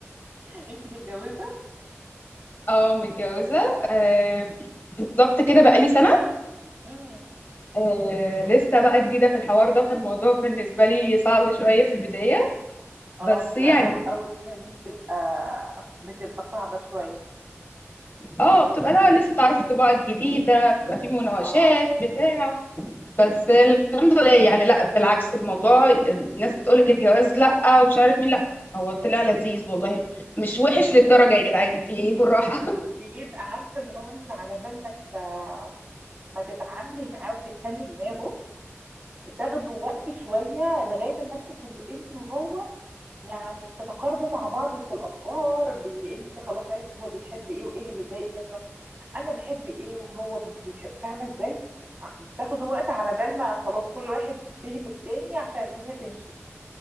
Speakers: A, on the right; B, on the left.
A: انتي متجوزة
B: <laughs> اه متجوزه آه
A: مم.
B: بالظبط كده بقالي سنه
A: مم.
B: آه لسه بقى جديدة في الحوار ده فالموضوع بالنسبة لي صعب شوية في البداية
A: اه
B: بس
A: بتبقى
B: يعني
A: أول أول سنة دي بتبقى بتبقى صعبة شوية
B: اه بتبقى لا لسه بتعرف الطباعة الجديدة بتبقى في مناقشات
A: اه
B: بتاع بس الحمد لله يعني لا بالعكس الموضوع الناس بتقولك الجواز لا ومش عارف مين لا هو طلع لذيذ والله مش وحش للدرجة يا جدعان في ايه بالراحة
A: بيبقى عارفه اللي هو انت على بال ما ت- ما تتعاملي معاه وتفهمي دماغه بتاخدوا وقت شويه لغايه ما انتوا كله انت وهو يعني بتتقاربوا مع بعض في الافكار بي... انت خلاص عرفتي هو بيحب ايه وايه اللي بيتضايق منه انا بحب ايه وهو بيحب فاهمه ازاي ع- بتاخد وقت على بال ما خلاص كل واحد فهم التاني عشان الدنيا تمشي